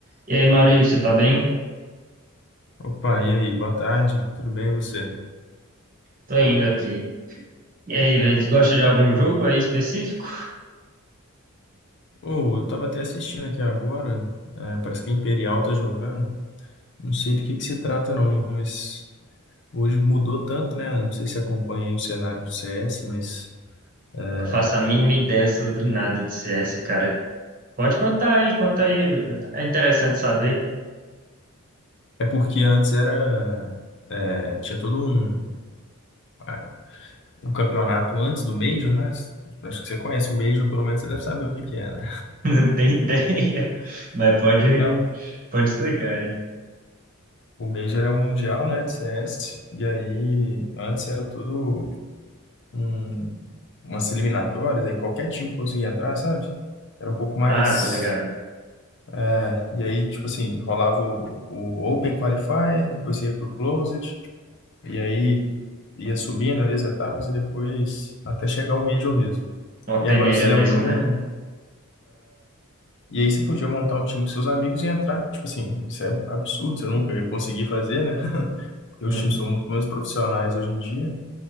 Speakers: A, on the right (about 40°); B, on the left (about 55°).
A: E aí, Maurício, tá bem?
B: Opa, e aí? Boa tarde, tudo bem e você?
A: Tô indo aqui. E aí, velho, tu gosta de algum jogo aí específico?
B: Ou eu tava até assistindo aqui agora, é, parece que a Imperial tá jogando. Não sei do que que se trata não, mas hoje mudou tanto, né? Não sei se acompanha aí o cenário do CS, mas é
A: Não faço a mínima ideia sobre nada de CS, cara. Pode contar aí, conta aí. É interessante saber.
B: é porque antes era é, tinha todo um, ah, um campeonato antes do Major, né? Acho que você conhece o Major, pelo menos você deve saber o que que é, né?
A: <laughs> Não tem ideia. Mas pode,
B: Não,
A: pode explicar aí.
B: o Major é o Mundial, né, de CS, e aí antes era tudo um- umas eliminatórias, aí qualquer time conseguia entrar, sabe? Era um pouco mais.
A: Ah, tô ligado.
B: é, E aí, tipo assim, rolava o, o Open Qualifier, depois você ia pro Closed, e aí ia subindo ali as etapas e depois até chegar o Major mesmo.
A: Uma
B: E
A: peneira
B: agora eles fizeram
A: mesmo,
B: todo
A: né?
B: um. E aí você podia montar um time com seus amigos e entrar. Tipo assim, isso é absurdo, você nunca ia conseguir fazer, né? <laughs> Porque os
A: Uhum.
B: times são muito mais profissionais hoje em dia.